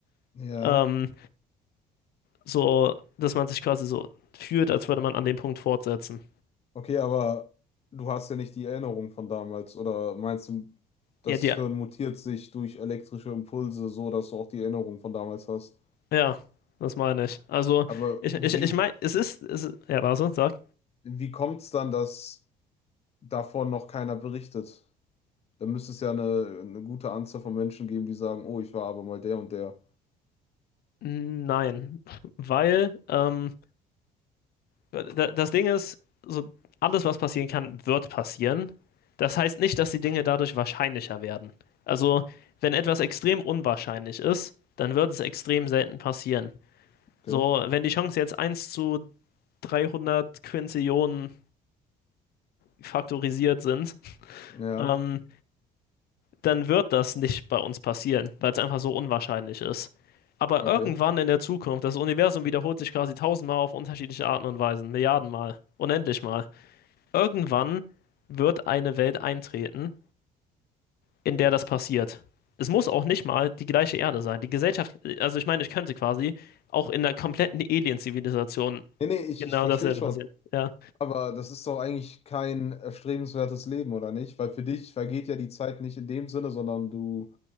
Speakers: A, on the left; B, on the left.
A: ja.
B: Ähm, so, dass man sich quasi so fühlt, als würde man an dem Punkt fortsetzen.
A: Okay, aber du hast ja nicht die Erinnerung von damals, oder meinst du,
B: Ja,
A: das
B: die,
A: Hirn mutiert sich durch elektrische Impulse so, dass du auch die Erinnerung von damals hast?
B: ja, das meine ich. Also,
A: Aber
B: ich,
A: wie,
B: ich, ich meine, es ist, es, ist- ja, warte, sag.
A: wie kommt es dann, dass davon noch keiner berichtet? Da müsste es ja eine, eine gute Anzahl von Menschen geben, die sagen, oh, ich war aber mal der und der.
B: Nein, weil, ähm, Da- Das Ding ist, so alles, was passieren kann, wird passieren. Das heißt nicht, dass die Dinge dadurch wahrscheinlicher werden. Also, wenn etwas extrem unwahrscheinlich ist, dann wird es extrem selten passieren.
A: Okay.
B: So, wenn die Chancen jetzt eins zu 300 Quintillionen faktorisiert sind,
A: Ja,
B: ähm, dann wird das nicht bei uns passieren, weil es einfach so unwahrscheinlich ist. Aber
A: okay.
B: irgendwann in der Zukunft, das Universum wiederholt sich quasi tausendmal auf unterschiedliche Arten und Weisen, Milliardenmal, unendlich mal. Irgendwann wird eine Welt eintreten, in der das passiert. Es muss auch nicht mal die gleiche Erde sein. Die Gesellschaft, also ich meine, ich könnte quasi auch in der kompletten Alien-Zivilisation
A: Nee, nee, ich,
B: genau
A: ich verstehe
B: dasselbe
A: schon.
B: passieren. Ja,
A: Aber das ist doch eigentlich kein erstrebenswertes Leben, oder nicht? Weil für dich vergeht ja die Zeit nicht in dem Sinne, sondern du